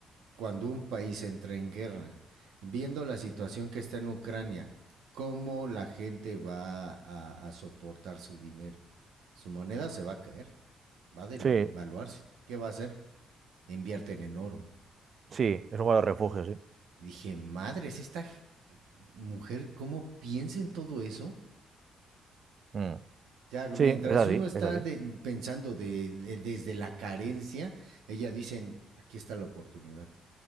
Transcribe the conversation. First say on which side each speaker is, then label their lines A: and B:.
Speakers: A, on the right; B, on the right.
A: cuando un país entra en guerra, viendo la situación que está en Ucrania, ¿cómo la gente va a, a soportar su dinero? Su moneda se va a caer, va a devaluarse.
B: Sí,
A: ¿Qué va a hacer? Invierten en oro.
B: sí, es un valor refugio, sí.
A: Y dije, madres, esta mujer, ¿cómo piensa en todo eso?
B: Mm.
A: Ya, mientras
B: Sí, es así,
A: uno está
B: es así.
A: de, pensando de, de, desde la carencia, ella dice, aquí está la oportunidad.